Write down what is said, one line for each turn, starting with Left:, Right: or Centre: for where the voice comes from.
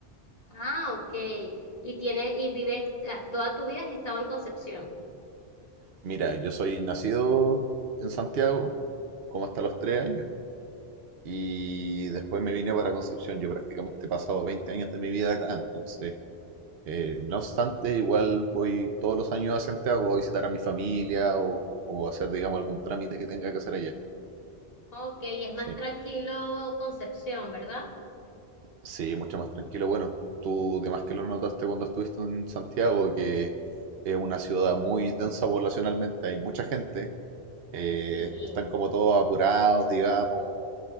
Left: Ah, ok. Y tiene, y vives, ah, toda tu vida has estado en Concepción.
Right: Mira, yo soy nacido en Santiago, como hasta los 3 años, y después me vine para Concepción. Yo prácticamente he pasado 20 años de mi vida acá, entonces, eh, no obstante, igual voy todos los años a Santiago a visitar a mi familia o, o hacer, digamos, algún trámite que tenga que hacer allá.
Left: Ok, y es
Right: Sí.
Left: más tranquilo Concepción, ¿verdad?
Right: Sí, mucho más tranquilo. Bueno, tú de más que lo notaste cuando estuviste en Santiago, que es una ciudad muy densa poblacionalmente, hay mucha gente, eh,
Left: Sí.
Right: están como todos apurados, digamos,